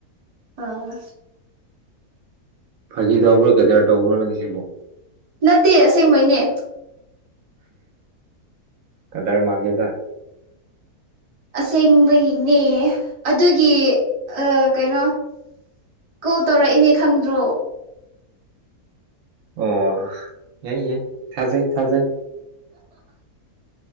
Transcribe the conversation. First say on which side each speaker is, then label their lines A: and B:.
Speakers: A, on the right; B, on the right.
A: ꯑꯣ
B: ꯐꯥꯒꯤ ꯇꯧꯕ꯭ꯔꯥ ꯀꯩꯗꯔ ꯇꯧꯕ꯭ꯔꯣ ꯅꯪ ꯁꯤꯕꯨ
A: ꯅꯠꯇꯦ. ꯑꯁꯦꯡꯕꯩꯅꯦ
B: ꯀꯗꯥꯔ ꯃꯜꯂꯦꯗꯥ
A: ꯑꯁꯦꯡꯕꯒꯤꯅꯦ ꯑꯗꯨꯒꯤ ꯀꯩꯅꯣ ꯀꯣꯜ ꯇꯧꯔꯛꯏꯅꯦ ꯈꯪꯗ꯭ꯔꯣ
B: ꯑꯣ ꯑꯦ ꯌꯥꯏ ꯊꯖꯩ ꯊꯖꯩ